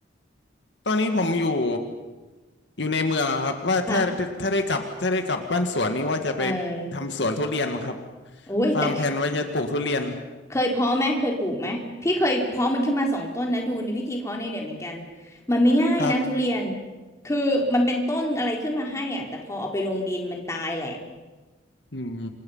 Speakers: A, on the left; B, on the left.
A: ตอนนี้ผมอยู่อยู่ในเมืองครับว่าถ้าถ้าได้กลับถ้าได้กลับบ้านสวนนี้ว่าจะไป
B: ค่ะเออ
A: ทำสวนทุเรียนครับ
B: โอ้ยแต่
A: วางแผนไว้จะปลูกทุเรียน
B: เคยเพาะไหมเคยปลูกไหมพี่เคยเพาะมันขึ้นมาสองต้นนะดูในวิธีเพาะในเน็ตเหมือนกันมันไม่ง่ายนะทุเรียน
A: ครับ
B: คือมันเป็นต้นอะไรขึ้นมาให้อ่ะแต่พอเอาไปลงดินมันตายแหละ
A: อืม